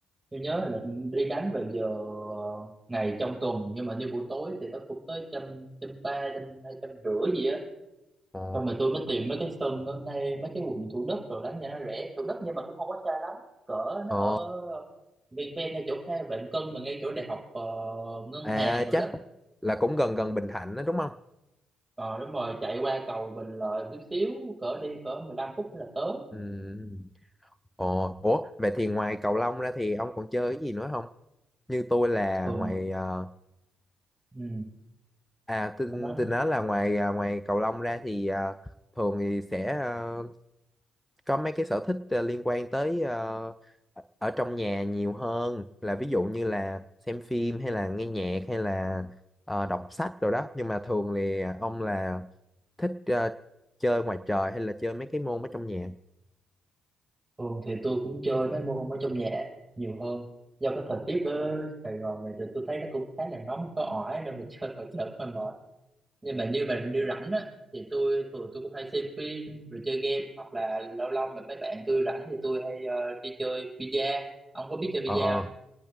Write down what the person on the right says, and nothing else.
Tôi nhớ là đi đánh vào giờ ờ, ngày trong tuần nhưng mà như buổi tối thì nó cũng tới trăm trăm ba trăm hai trăm rưỡi gì á
xong rồi tôi mới tìm mấy cái sân ở ngay mấy cái quận Thủ Đức rồi đánh cho nó rẻ Thủ Đức nhưng mà cũng không quá xa lắm cỡ
nó ở ven ven ngay chỗ Kha Vạn Cân mà ngay chỗ đại học ờ, ngân
hàng rồi
đó
ờ đúng rồi chạy qua cầu Bình Lợi chút xíu cỡ đi cỡ 15 phút là tới
thường
ừ,
anh nói
Thường thì tôi cũng chơi mấy môn ở trong nhà nhiều hơn. Do cái thời tiết ở Sài Gòn này thì tôi thấy nó cũng khá là nóng có ỏi nên mà <laughs> chơi ngoài trời hơi mệt. Nhưng mà như mà đi rảnh á thì tôi thường tôi cũng hay xem phim rồi chơi game hoặc là lâu lâu mà mấy bạn tôi rảnh thì tôi hay ờ, đi chơi bida. Ông có biết chơi bida
không?